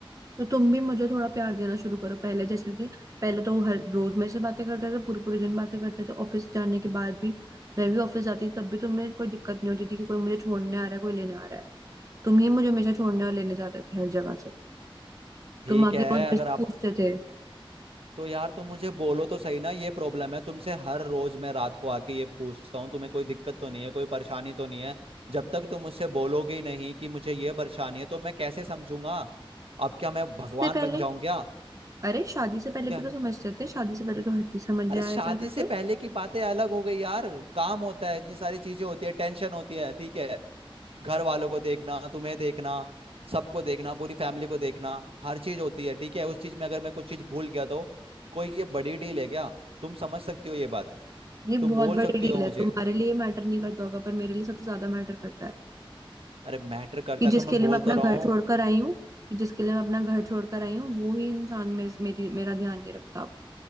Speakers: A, on the right; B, on the right.
A: तो तुम भी मुझे थोड़ा प्यार देना शुरू करो पहले जैसे से पहले तो हर रोज मेरे से बातें करते थे पूरे पूरे दिन बातें करते थे ऑफिस जाने के बाद भी मैं भी ऑफिस जाती थी तब भी तुम्हें कोई दिक्कत नहीं होती थी कि कोई मुझे छोड़ने आ रहा है कोई लेने आ रहा है तुम ही मुझे हमेशा छोड़ने और लेने जाते थे हर जगह से
B: ठीक
A: तुम आके
B: है
A: रोज मेरे
B: अगर
A: से
B: आप
A: पूछते थे
B: तो यार तुम मुझे बोलो तो सही ना ये प्रॉब्लम है तुमसे हर रोज मैं रात को आके ये पूछता हूँ तुम्हें कोई दिक्कत तो नहीं है कोई परेशानी तो नहीं है जब तक तुम मुझसे बोलोगे ही नहीं कि मुझे ये परेशानी है तो मैं कैसे समझूंगा अब क्या मैं भगवान
A: इससे पहले
B: बन जाऊं क्या
A: अरे शादी से पहले
B: क्या
A: भी तो समझते थे शादी से पहले तो हर चीज समझ
B: अरे
A: जाया
B: शादी
A: करते
B: से
A: थे
B: पहले की बातें अलग हो गई यार काम होता है इतनी सारी चीजें होती है टेंशन होती है ठीक है घर वालों को देखना तुम्हें देखना सबको देखना पूरी फैमिली को देखना हर चीज होती है ठीक है उस चीज में अगर मैं कुछ चीज भूल गया तो कोई ये बड़ी डील है क्या तुम समझ सकती हो ये बात
A: ये
B: तुम
A: बहुत
B: बोल
A: बड़ी
B: सकती
A: डील
B: हो
A: है
B: मुझे
A: तुम्हारे लिए मैटर नहीं करता होगा पर मेरे लिए सबसे ज्यादा मैटर करता है
B: अरे मैटर करता
A: कि जिसके
B: है तो मैं
A: लिए
B: बोल
A: मैं अपना
B: तो रहा
A: घर
B: हूँ
A: छोड़कर आई हूँ कि जिसके लिए मैं अपना घर छोड़कर आई हूँ वो ही इंसान मेरे, मेरी मेरा ध्यान नहीं रखता अब